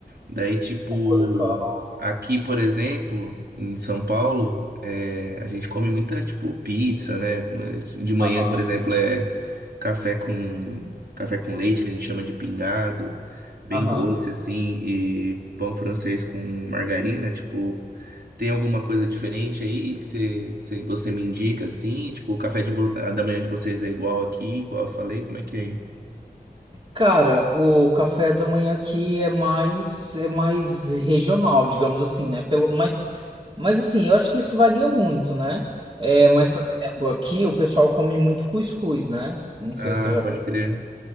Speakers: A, on the right; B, on the right.
A: Daí, tipo,
B: Pô, legal.
A: aqui, por exemplo, em São Paulo, é, a gente come muita, tipo, pizza, né? Como é- De manhã,
B: Aham,
A: por exemplo, é café com, café com leite, que a gente chama de pingado, bem
B: aham.
A: doce, assim, e pão francês com margarina, tipo... Tem alguma coisa diferente aí que você, você você me indica assim? Tipo, o café de vo- da manhã de vocês é igual aqui, igual eu falei? Como é que é aí?
B: Cara, o café da manhã aqui é mais é mais regional, digamos assim, né? Pelo, mas, mas assim, eu acho que isso varia muito, né? É, mas, por exemplo, aqui o pessoal come muito cuscuz, né? Não sei
A: Ah,
B: se você já
A: pode crer.